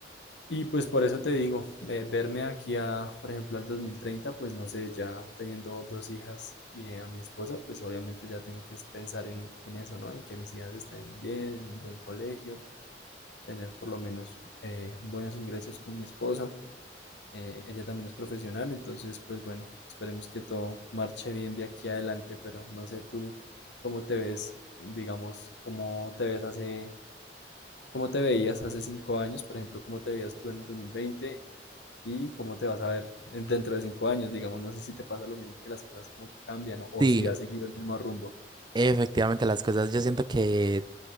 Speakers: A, on the left; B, on the right.
A: Y pues por eso te digo, eh, verme aquí a, por ejemplo, al 2030, pues no sé, ya teniendo dos hijas y eh, a mi esposa, pues obviamente ya tengo que es pensar en, en eso, ¿no? En que mis hijas estén bien, en un buen colegio, tener por lo menos eh, buenos ingresos con mi esposa. Eh, ella también es profesional, entonces, pues bueno, esperemos que todo marche bien de aquí adelante, pero no sé tú cómo te ves, digamos, cómo te ves hace, cómo te veías hace cinco años, por ejemplo, cómo te veías tú en el 2020 y cómo te vas a ver en- dentro de cinco años, digamos, no sé si te pasa lo mismo que las cosas como que cambian o, o
B: Sí,
A: si has seguido el mismo rumbo.
B: efectivamente las cosas yo siento que